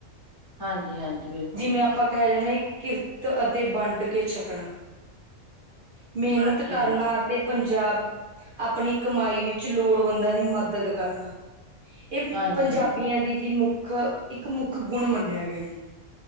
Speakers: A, on the left; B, on the right.
A: ਹਾਂਜੀ ਹਾਂਜੀ ਬਿਲਕੁਲ
B: ਜਿਵੇਂ ਆਪਾਂ
A: ਜੀ
B: ਕਹਿ ਜਾਣੇ ਕਿਰਤ ਅਤੇ ਵੰਡ ਕੇ ਛਕਣਾ ਮਿਹਨਤ
A: ਹਾਂਜੀ-ਹਾਂਜੀ,
B: ਕਰਨਾ ਤੇ ਪੰਜਾਬ ਆਪਣੀ ਕਮਾਈ ਵਿੱਚ ਲੋੜਵੰਦਾਂ ਦੀ ਮਦਦ ਕਰਨਾ ਇਹ
A: ਹਾਂਜੀ-ਹਾਂਜੀ,
B: ਪੰਜਾਬੀਆਂ ਦੀ ਜੀ ਮੁੱਖ ਇੱਕ ਮੁੱਖ ਗੁਣ ਮੰਨਿਆ ਗਿਆ ਜੀ